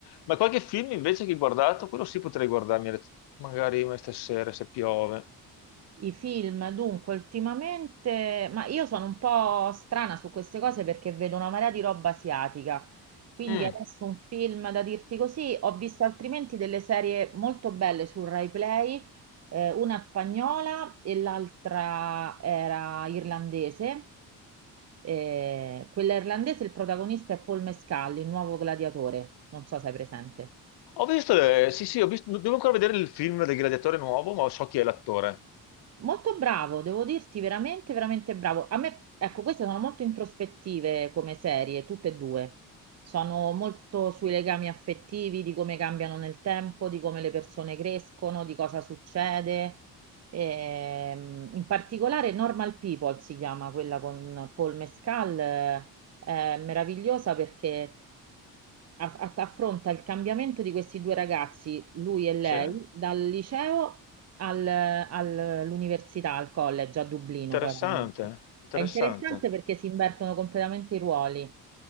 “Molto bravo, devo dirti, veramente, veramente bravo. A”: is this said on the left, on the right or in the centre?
Right